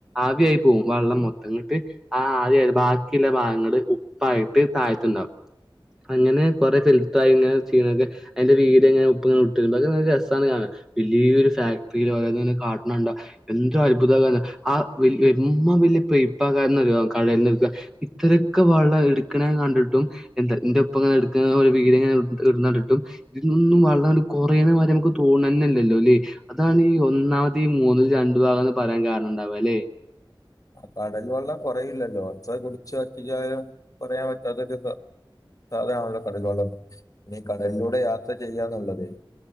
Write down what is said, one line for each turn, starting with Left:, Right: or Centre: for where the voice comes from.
Centre: ആവിയായി പോവും വെള്ളം മൊത്തം. ന്ന്ട്ട് ആ ആവിയായി ബാക്കിള്ള ഭാഗങ്ങള് ഉപ്പായിട്ട് താഴത്ത്ണ്ടാവും. അങ്ങനെ കൊറെ ഫിൽട്ടറായി ഇങ്ങനെ ചെയ്യ്ണൊക്കെ അയ്ന്റെ വീഡിയോങ്ങനെ ഉപ്പ്ങ്ങെട്ട് <unintelligible> രസാണ് കാണാൻ. വലിയൊരു ഫാക്ടറിയിലോരോന്ന്ങ്ങനെ കാട്ടണണ്ട. എന്തത്ഭുത <unintelligible> ആ എമ്മാ വല്യ പൈപ്പകാര കടൽന്ന്ട്ക്ക. ഇത്രരൊക്കെ വള്ളം ഇട്ക്ക്ണ ഞാൻ കണ്ടിട്ടും. എന്ത എന്റെ ഒപ്പംങ്ങനെട്ക്ക്ണ വീഡിയോങ്ങനെ ഇടണണ്ട്ട്ടും. ഇതി നിന്നും വെള്ളങ്ങട് കൊറയ്ണ മാരി നമ്മക്ക് തോന്നണ്ല്ലല്ലോ ല്ലേ. അതാണ് ഈ ഒന്നാമത് ഈ മൂന്നിൽ രണ്ടു ഭാഗംന്ന് പറയാൻ കാരണംണ്ടാവ ല്ലെ.
Left: ആഹ് കടൽ വള്ളം കൊറയില്ലല്ലോ. എത്ര കുടിച്ചു വറ്റിച്ചാലും കൊറയാൻ പറ്റാത്തൊരു അതാണല്ലോ കടൽ വെള്ളം. ഇനി കടലിലൂടെ യാത്ര ചെയ്യാന്ന്ള്ളത്.